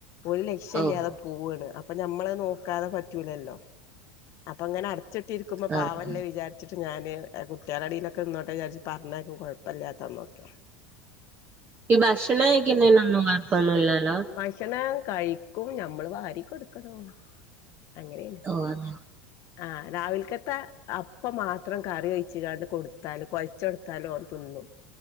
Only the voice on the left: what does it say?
ഒരു ലക്ഷ്യം
ഇല്ലാതെ പോവാ ണ് അപ്പൊ നമ്മളെ നോക്കാതെ പറ്റു ലല്ലോ അപ്പ അങ്ങനെ അടച്ചിട്ടി ഇരിക്കുമ്പോ
പാവല്ലേ വിചാ വെച്ചട്ട് ഞാന് കുട്ടിളാ ഇടയിലൊക്കെ നിന്നോട്ടെ വിചരിച്ച് പറഞ്ഞേക്കും കുഴപ്പ ല്ലാത്ത ന്നകെ
ഭക്ഷണം കഴിക്കും ഞമ്മള് വാരി കൊടുക്കണം അങ്ങനെണ്
ആഹ് രാവിൽക്കത്തെ അപ്പം മാത്രം കറി ഒഴിച്ങ്ങാണ്ട് കൊടുത്താല് കൊഴച്ചെടുത്താല് ഓൻ തിന്നും